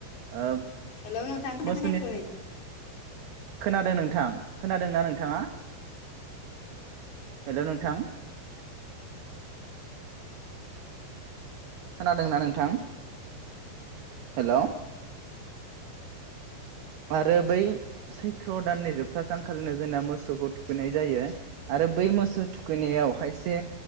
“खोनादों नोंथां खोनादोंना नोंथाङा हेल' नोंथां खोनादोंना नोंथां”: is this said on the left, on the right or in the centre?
Right